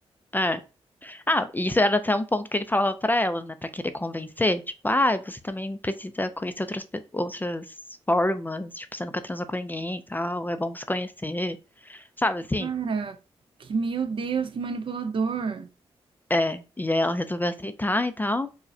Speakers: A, on the left (about 15°); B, on the right (about 55°).
A: É. Ah, e isso era até um ponto que ele falava pra ela, né? Pra querer convencer. Tipo, ah, você também precisa conhecer outras, pe- outras formas. Tipo, você nunca transou com ninguém e tal. É bom você conhecer. Sabe assim?
B: Cara, que meu Deus, que manipulador.
A: É. E aí ela resolveu aceitar e tal.